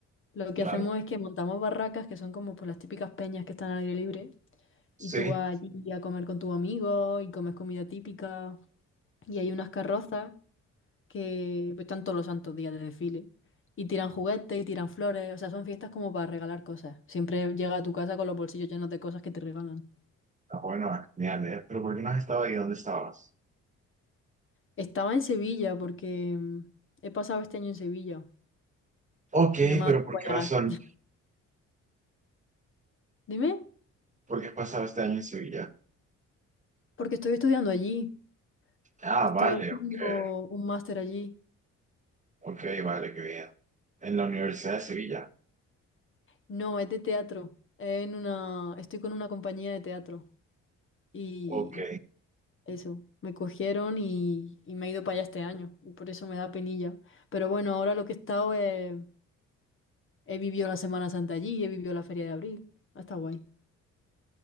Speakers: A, on the left; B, on the right.
A: Lo que
B: claro.
A: hacemos es que montamos barracas que son como pues, las típicas peñas que están al aire libre y
B: Sí.
A: tú vas allí a comer con tus amigos y comes comida típica y hay unas carrozas que pues, están todos los santos días de desfile y tiran juguetes y tiran flores, o sea, son fiestas como para regalar cosas. Siempre llega a tu casa con los bolsillos llenos de cosas que te regalan.
B: Ah, bueno, genial, ¿eh? Pero ¿por qué no has estado ahí? ¿Dónde estabas?
A: Estaba en Sevilla porque mm, he pasado este año en Sevilla
B: Ok,
A: y no me
B: pero
A: ha dado tiempo
B: ¿por qué
A: a llegar.
B: razón?
A: Dime,
B: ¿Por qué has pasado este año en Sevilla?
A: porque estoy estudiando allí.
B: Ah,
A: Estoy
B: vale,
A: haciendo
B: ok.
A: un máster allí.
B: Ok, vale, qué bien. En la Universidad de Sevilla.
A: No, es de teatro. En una, estoy con una compañía de teatro. Y
B: Ok,
A: eso, me cogieron y, y me he ido para allá este año. Y por eso me da penilla. Pero bueno, ahora lo que he estado es- He vivido la Semana Santa allí, he vivido la Feria de Abril. Ha estado guay.